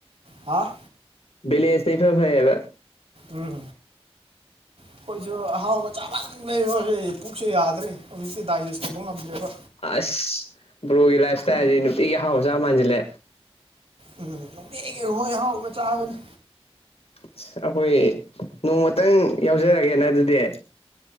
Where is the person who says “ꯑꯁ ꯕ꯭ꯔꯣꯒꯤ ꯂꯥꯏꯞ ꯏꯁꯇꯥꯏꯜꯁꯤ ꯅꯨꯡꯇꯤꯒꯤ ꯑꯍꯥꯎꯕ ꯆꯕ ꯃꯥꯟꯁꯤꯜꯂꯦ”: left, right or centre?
Left